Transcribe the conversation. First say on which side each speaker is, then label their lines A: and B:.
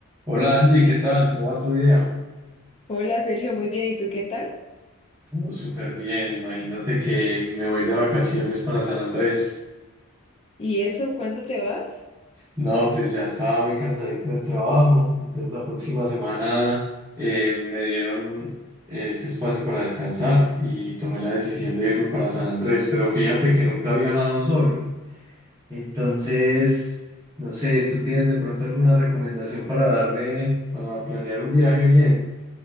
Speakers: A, on the right; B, on the left.
A: Hola Angie, ¿qué tal? ¿Cómo va tu día?
B: Hola Sergio, muy bien, ¿y tú qué tal?
A: Todo súper bien, imagínate que me voy de vacaciones para San Andrés.
B: ¿Y eso, cuándo te vas?
A: No, pues ya estaba muy cansadito del trabajo, entonces la próxima semana eh, me dieron ese espacio para descansar y tomé la decisión de irme para San Andrés, pero fíjate que nunca he viajado solo. Entonces, no sé, ¿tú tienes de pronto alguna recomendación para darme, para planear un viaje bien?